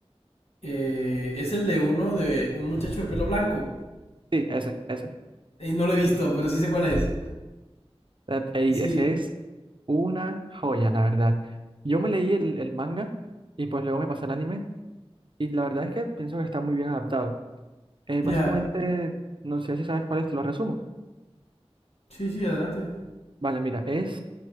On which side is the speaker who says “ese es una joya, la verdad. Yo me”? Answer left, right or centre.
Right